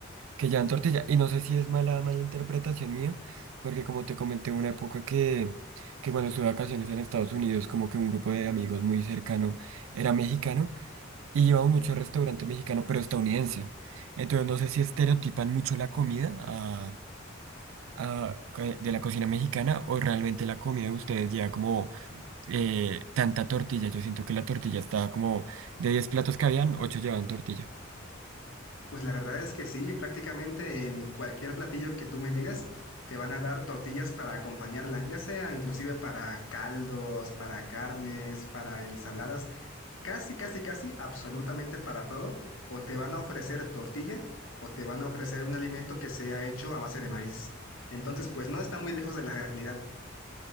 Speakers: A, on the right; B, on the left.
A: que llevan tortilla. Y no sé si es mala, mala interpretación mía, porque como te comenté, hubo una época que, que cuando estuve de vacaciones en Estados Unidos, como que un grupo de amigos muy cercano era mexicano y íbamos mucho al restaurante mexicano, pero estadounidense. Entonces no sé si estereotipan mucho la comida a- a- que- de la cocina mexicana o realmente la comida de ustedes ya como eh, tanta tortilla. Yo siento que la tortilla estaba como de 10 platos que habían, 8 llevaban tortilla.
B: Pues la verdad es que sí, prácticamente en cualquier platillo que tú me digas, te van a dar tortillas para acompañarla, ya sea inclusive para caldos, para carnes, para ensaladas, casi, casi, casi, absolutamente para todo. O te van a ofrecer tortilla o te van a ofrecer un alimento que sea hecho a base de maíz. Entonces, pues no está muy lejos de la realidad.